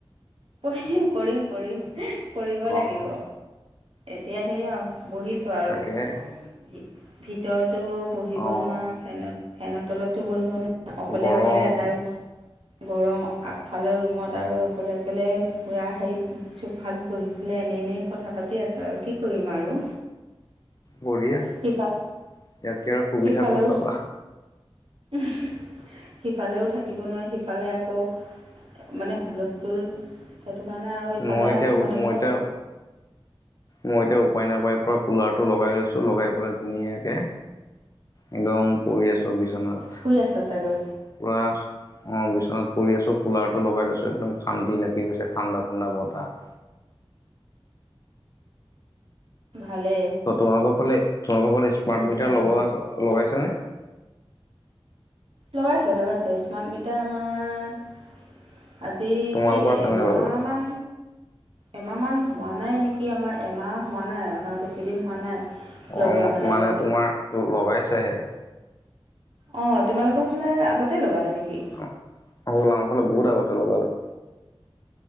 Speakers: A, on the right; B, on the left.
A: কৰিম-কৰিম-কৰিম কৰিব
B: অ'
A: লাগিব। এতিয়া সেই আৰু বহিছোঁ। আৰু
B: তাকে
A: ভিতৰতো বহিব
B: অ'
A: নোৱাৰা ফেনত। ফেনৰ তলতো বহিব নোৱাৰাৰে অকলে-অকলে
B: গৰম
A: এটা ৰুমত। গৰম আগফালে ৰুমত আৰু অকলে আহি পেলাই পুৰা হেৰিত চোফাট বহি পেলাই এনেই-এনেই কথা পাতি আছোঁ। আৰু কি কৰিম আৰু?
B: বঢ়িয়া ইয়াতকে
A: সিফাল
B: আৰু সুবিধা
A: সিফালেও
B: ক'ত পাবা।
A: <unintelligible> সিফালেও থাকিব নোৱাৰে সিফালে আকৌ মানে হুলস্থুল। সেইটো কাৰণে আৰু ইফালে
B: মই এতিয়া
A: আৰু মনে-মনে
B: মই এতিয়া মই এতিয়া উপায় নাপায় পৰা কুলাৰটো লগাই লৈছো লগাই পেলাই ধুনীয়াকে, একদম পৰি আছো বিচনাত
A: শুই আছে চাগৈ
B: পোৱা অহ, বিচনাত পৰি আছো কুলাৰ টো লগাই লৈছো একদম শান্তি লাগি গৈ ঠাণ্ডা-ঠাণ্ডা বাতাহ।
A: ভালে।
B: ত তোমালোকৰ ফালে তোমালোকৰ ফালে স্মাৰ্ট মিটাৰ
A: ফেন
B: লগ লগাইছ নে?
A: লগাইছে-লগাইছে স্মাৰ্ট মিটাৰ আমাৰ, আজি
B: তোমালোকৰ
A: কেইদিন
B: আছে
A: এমাহমান।
B: নে লগোৱা?
A: এমাহমান হোৱা নাই নেকি? আমাৰ এমাহ হোৱা নাই আমাৰ বেছিদিন হোৱা নাই। লগোৱা
B: অ, মানে
A: লগ
B: তোমাৰ লগাইছেহে।
A: অ, তোমালোকৰ ফালে আগতে লগালে নেকি?
B: অ, আমাৰ ফালে বহুত আগতে লগালে।